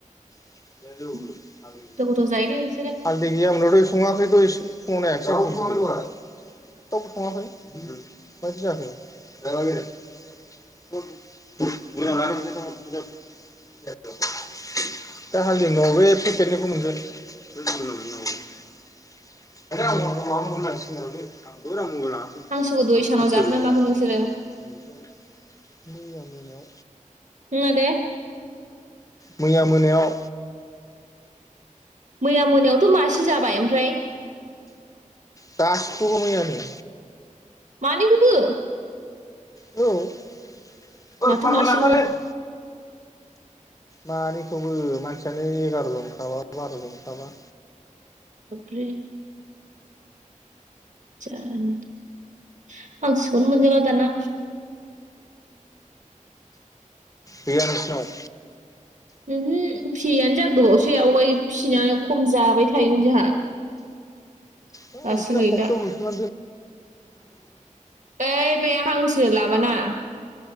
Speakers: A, on the left; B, on the right.
A: <inaudible>
B: गोथाव
A: <unintelligible>
B: गोथाव जायोलै नोंसोरो
A: <unintelligible> <unintelligible> <unintelligible> <unintelligible>
B: हांसोखौ दहाय सानाव जाखोना माखो नोंसोरो
A: मैया मोनायाव।
B: <unintelligible>
A: मैया मोनायाव
B: मैया मोनायावथ' मासे जाबाय ओमफ्राय।
A: गासैखौबो मैयानो
B: मानैखोबो
A: औ <unintelligible>
B: माथो मासेल'
A: मानैखौबो मानसियानो एगार'जनखाबा बार'जनखाबा।
B: साब्रै <unintelligible> हांसोखौनो मोनजाला दाना
A: गैया नोंसिनाव
B: ओमहो फिसियैयानो जा गोबावसै आवगाय फिसिना खम जाबाय थायोमोन जोंहा।
A: है
B: दासो
A: नोंसिना
B: गैला।
A: फख्रियाव हैफिनना
B: ओइ बे हांसो लाबाना